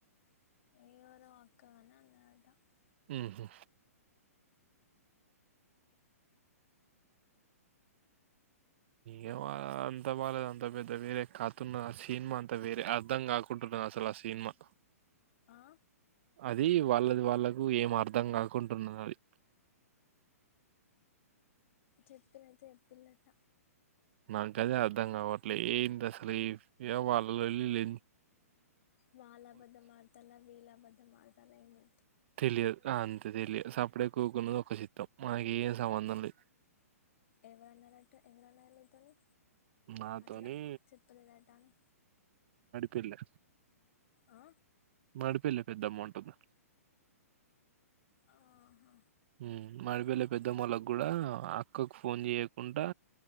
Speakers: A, on the left; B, on the right.
A: <unintelligible>
B: ఉహు ఏమో అంత మనకు అంత పెద్ద వేరే కాతున్న సినిన్మా అంత వేరే అర్ధం కాకు టది అసలు ఆ సినిమా
A: ఆ
B: అది వాళ్ళది వాళ్ళకు ఏం అర్థం కాకుంటున్నది
A: చెప్పినతే చెప్పిల్లట
B: నాగ్గదే అర్ధం గావట్లే ఏంటసలు ఇవి ఏవో వాళ్ళలోళ్ళి లే
A: వాళ్లబద్ధం ఆడతాల్ల వీల్లబద్ధం ఆడతాల్ల ఇంగ
B: తెలియదు ఆన్ తెదీర్లే సప్పుడే కూకున్నమా ఒక చిత్తం మనకి ఏం సంబంధం లేదు
A: ఎవరన్నరట ఎవరున్నర్నితోని
B: నాతోని
A: అట్ల చెప్పలేదటాని
B: పిల్ల
A: ఆ
B: మాడిపిల్ల పెద్దమో అంటూనా
A: ఆహ
B: ఉమ్ మదిపిల్ల పెద్దమ్మలోకి కూడా అక్కకు ఫోన్ చేయ్యకుండా